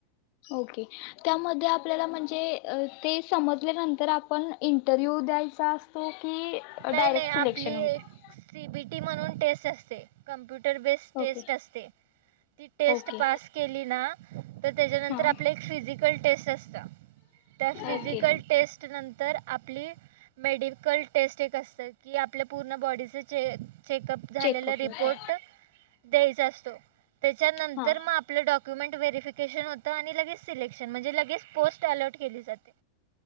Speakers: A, on the left (about 45°); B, on the right (about 50°).
A: ओके त्यामध्ये आपल्याला म्हणजे अ ते समजल्यानंतर आपण इंटरव्ह्यू द्यायचा असतो की
B: नाही,
A: डायरेक्ट
B: नाही
A: सिलेक्शन
B: आपली
A: होतं
B: एक सीबीटी म्हणून टेस्ट असते कम्प्युटर बेस टेस्ट
A: ओके
B: असते, ती टेस्ट
A: ओके
B: पास केली ना तर त्याच्यानंतर
A: हां
B: आपलं एक फिजिकल टेस्ट असतं, त्या फिजिकल
A: ओके
B: टेस्ट नंतर आपली मेडिकल स्टे एक असत की आपल्या पूर्ण बॉडीचे चे चेकअप झालेला
A: चेकअप
B: रिपोर्ट
A: होतं
B: द्यायचा असतो, त्याच्यानंतर
A: हां
B: मग आपलं डॉक्युमेंट व्हेरफिक सेशन होत आणि लगेच सिलेक्शन म्हणजे लगेच पोस्ट अलॉट केली जाते.